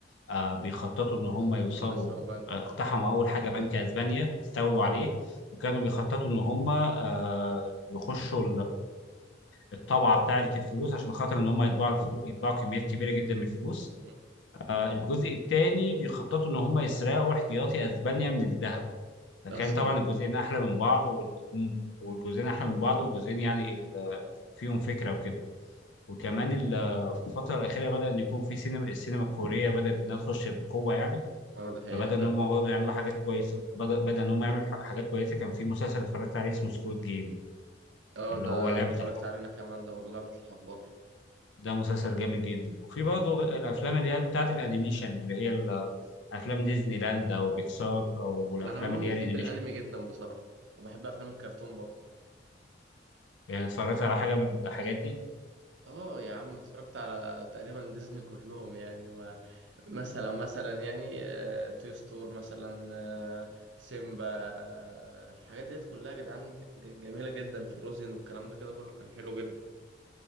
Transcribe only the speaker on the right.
بيخططوا
إن هم يسرقوا بنك
وكده
مم.
أصلا
اه ده حقيقة
فعلا
اه
ده
اتفرجت
علينا كمان ده برضه لعبة الحبار
أنا عموما
بحب
الأنمي جدا بصراحة وبحب أفلام الكرتون برضه
اه يا عم اتفرجت على تقريبا ديزني كلهم يعني ما مثلا مثلا يعني آه، توي ستور مثلا آه، سيمبا آه، الحاجات ديت كلها يا جدعان ج- جميلة جدا فروزين والكلام ده كده كله كان حلو جدا